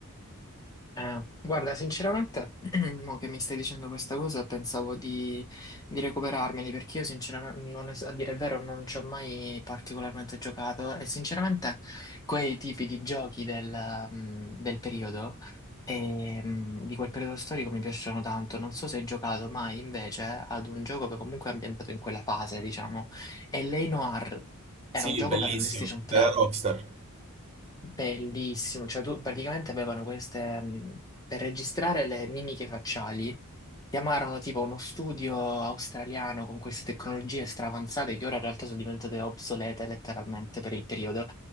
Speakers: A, on the left; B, on the right.
A: eh, guarda, sinceramente, <clears throat> mo che mi stai dicendo questa cosa, pensavo di, di recuperarmeli perché io, sinceramente, non es- a dire il vero, non ci ho mai particolarmente giocato e, sinceramente, quei tipi di giochi del, mm, del periodo, e, mm, di quel periodo storico mi piacciono tanto. Non so se hai giocato mai invece ad un gioco che comunque è ambientato in quella fase, diciamo, e L.A. Noire
B: Sì,
A: era un gioco
B: bellissimo,
A: per la PlayStation 3.
B: della Rockstar.
A: Bellissimo, cioè tu praticamente avevano queste, mh, per registrare le mimiche facciali, chiamarono tipo uno studio australiano con queste tecnologie straavanzate che ora in realtà sono diventate obsolete letteralmente per il periodo,